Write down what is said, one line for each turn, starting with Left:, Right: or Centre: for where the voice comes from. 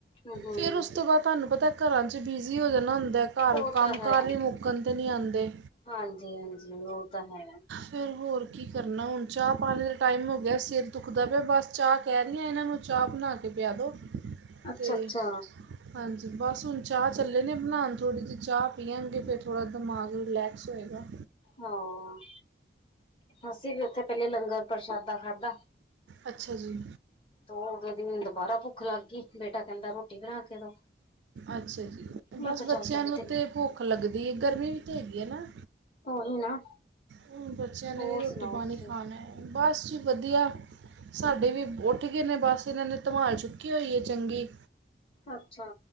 Left: ਹਮ ਹਮ
Right: ਫਿਰ ਉਸ ਤੋਂ ਬਾਅਦ ਤੁਹਾਨੂੰ ਪਤਾ ਏ ਘਰਾਂ ਚ ਬਿਜ਼ੀ ਹੋ ਜਾਣਾ ਹੁੰਦਾ, ਘਰ
Left: ਉਹ
Right: ਕੰਮ
Left: ਤਾਂ ਹੈ।
Right: ਕਾਰ ਹੀ ਮੁੱਕਣ ਤੇ ਨਹੀਂ ਆਉਂਦੇ।
Left: ਹਾਂਜੀ, ਹਾਂਜੀ ਉਹ ਤਾਂ ਹੈ।
Right: ਫਿਰ ਹੋਰ ਕੀ ਕਰਨਾ ਹੁਣ, ਚਾਹ ਪਾਣੇ ਦਾ ਟਾਈਮ ਹੋ ਗਿਆ ਸਿਰ ਦੁਖਦਾ ਪਿਆ ਬਸ ਚਾਹ ਕਹਿ ਰੀ ਆ ਇਹਨਾਂ ਨੂੰ, ਚਾਹ ਬਣਾ ਕੇ ਪਿਆ ਦਿਉ ਅਤੇ
Left: ਅੱਛਾ-ਅੱਛਾ
Right: ਹਾਂਜੀ, ਬਸ ਹੁਣ ਚਾਹ ਚੱਲੇ ਨੇ ਬਣਾਉਣ ਥੋੜ੍ਹੀ ਜਿਹੀ ਚਾਹ ਪੀਵਾਂਗੇ ਫਿਰ ਥੋੜ੍ਹਾ ਦਿਮਾਗ ਰਿਲੈਕਸ ਹੋਏਗਾ।
Left: ਹਾਂ, ਅਸੀਂ ਵੀ ਉੱਥੇ ਪਹਿਲੇ ਲੰਗਰ ਪ੍ਰਸ਼ਾਦਾ ਖਾਧਾ।
Right: ਅੱਛਾ ਜੀ।
Left: ਉਦੋਂ ਦੀ ਮੈਨੂੰ ਦੁਬਾਰਾ ਭੁੱਖ ਲੱਗ ਗਈ ਬੇਟਾ ਕਹਿੰਦਾ ਰੋਟੀ ਬਣਾ ਕੇ ਦੋ।
Right: ਅੱਛਾ ਜੀ, ਬਸ
Left: ਮੈਂ ਕਿਹਾ
Right: ਬੱਚਿਆਂ
Left: ਚੱਲ ਪਹਿਲੇ
Right: ਨੂੰ
Left: ਤੈਨੂੰ
Right: ਤੇ ਭੁੱਖ ਲੱਗਦੀ ਹੈ, ਗਰਮੀ ਵੀ ਤੇ ਹੈਗੀ ਹੈ ਨਾ।
Left: ਓਹੀ ਨਾ।
Right: ਹੂੰ, ਬੱਚਿਆਂ ਨੇ
Left: ਹੋਰ
Right: ਵੀ ਰੋਟੀ
Left: ਸੁਣਾਓ
Right: ਪਾਣੀ
Left: ਤੁਸੀਂ
Right: ਖਾਣਾ ਹੈ ਬਸ ਜੀ ਵਧੀਆ। ਸਾਡੇ ਵੀ ਉੱਠ ਗਏ ਨੇ ਬੱਸ ਇਹਨਾਂ ਨੇ ਧਮਾਲ ਚੁੱਕੀ ਹੋਈ ਹੈ ਚੰਗੀ।
Left: ਅੱਛਾ।